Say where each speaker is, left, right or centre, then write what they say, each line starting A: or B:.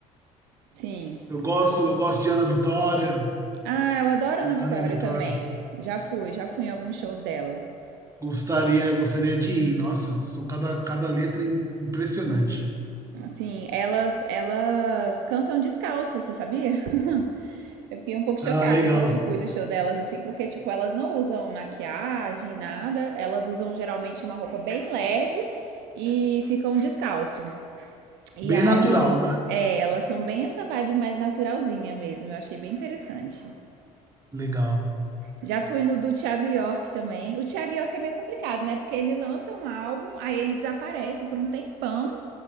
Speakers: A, on the right; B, on the right.
A: sim.
B: Eu gosto, eu gosto de Ana Vitória.
A: Ah, eu adoro a Ana Vitória
B: Ana e Vitória.
A: também. Já fui, já fui em alguns shows delas.
B: Gostaria, gostaria de ir. Nossa, são cada, cada letra im- impressionante.
A: Assim, elas, elas cantam descalço, você sabia? <laughs> Eu fiquei um pouco chocada
B: Ah, legal.
A: quando eu fui no show delas, assim, porque, tipo, elas não usam maquiagem, nada. Elas usam geralmente uma roupa bem leve e ficam descalço. E
B: Bem
A: aí,
B: natural, né?
A: é, elas são bem essa vibe mais naturalzinha mesmo. Eu achei bem interessante.
B: Legal.
A: Já fui no do Thiago York também. O Thiago York é meio complicado, né? Porque ele lança um álbum, aí ele desaparece por um tempão.